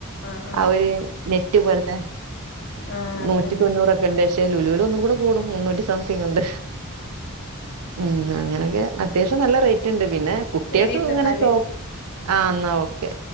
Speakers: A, on the left (about 50°); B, on the right (about 75°).
A: ആഹ് ആഹ്
B: ആ ഒരു നെറ്റ് പോലത്തെ
A: ആഹ് അതന്നെ
B: നൂറ്റി തൊണ്ണൂറൊക്കെ ഉണ്ട് പക്ഷെ ലുലു ഒന്നും കൂടെ കൂടും മുന്നൂറ്റി റ്റി സംതിങ് ഉണ്ട് ഉം അങ്ങനൊക്കെ അത്യാവശ്യം നല്ല റ ണ്ട് പിന്നെ കുട്വക്ക്
A: ശരിട്ടോ
B: ഇങ്ങനെ
A: എന്നാല്
B: ആഹ് എന്നാ ഓക്കെ